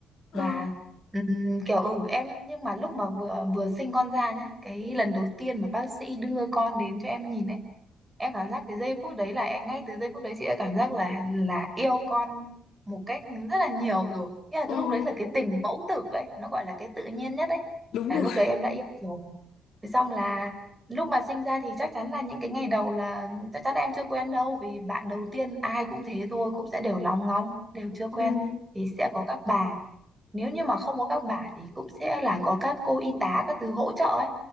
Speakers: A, on the left (about 75°); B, on the right (about 15°).
A: Ừ,
B: mà ừm, kiểu ừ em nhưng mà lúc mà vừa vừa sinh con ra nhá cái lần đầu tiên mà bác sĩ đưa con đến cho em nhìn ấy em cảm giác cái giây phút đấy là em ngay từ giây phút đấy chị đã cảm giác là là yêu con một cách rất là nhiều rồi nghĩa là
A: ừ,
B: cái lúc đấy là cái tình mẫu tử ấy nó gọi là cái tự nhiên nhất ấy
A: đúng
B: là
A: rồi.
B: lúc đấy em đã yêu rồi Thế xong là lúc mà sinh ra thì chắc chắn là những cái ngày đầu là chắc chắn là em chưa quen đâu vì bạn đầu tiên ai cũng thế thôi cũng sẽ đều lóng ngóng đều chưa
A: Ừ,
B: quen thì sẽ có các bà nếu như mà không có các bà thì cũng sẽ là có các cô y tá các thứ hỗ trợ ấy